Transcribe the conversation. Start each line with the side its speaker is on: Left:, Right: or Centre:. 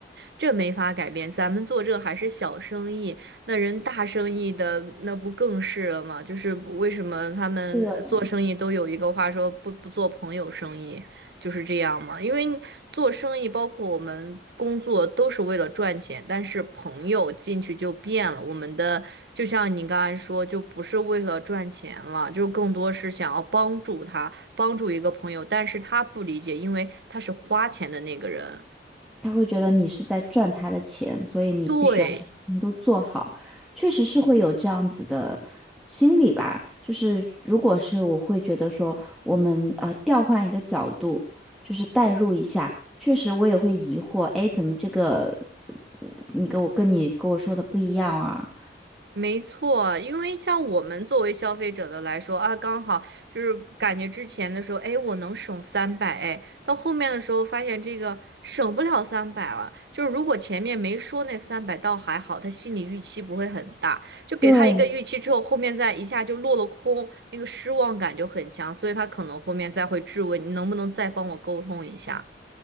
Right: 这没法改变。咱们做这还是小生意，那人大生意的那不更是了吗？就是为什么他们做生意都有一个话说不不做朋友生意？
Centre: 对。
Right: 就是这样嘛，因为做生意，包括我们工作，都是为了赚钱。但是朋友进去就变了，我们的就像你刚才说，就不是为了赚钱了，就更多是想要帮助他，帮助一个朋友。但是他不理解，因为他是花钱的那个人。
Centre: 他会觉得你是在赚他的钱，所以你必须要把什么事情都做好。
Right: 对，
Centre: 确实是会有这样子的心理吧，就是如果是我会觉得说，我们啊、呃调换一个角度，就是代入一下，确实我也会疑惑，哎，怎么这个呃你跟我跟你跟我说的不一样啊？
Right: 没错，因为像我们作为消费者的来说啊，刚好就是感觉之前的时候，哎，我能省三百，哎，到后面的时候发现这个省不了三百了。就是如果前面没说那三百倒还好，他心理预期不会很大，就给他一个预期之后，
Centre: 对
Right: 后面再一下就落了空，那个失望感就很强，所以他可能后面再会质问你能不能再帮我沟通一下。